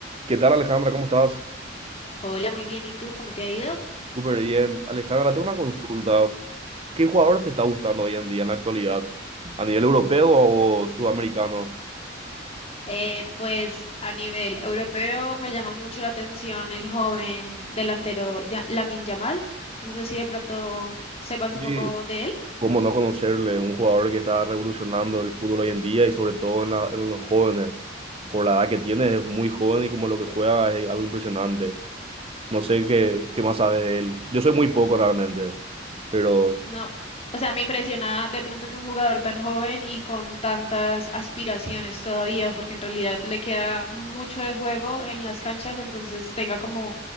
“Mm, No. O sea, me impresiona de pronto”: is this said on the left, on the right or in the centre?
Left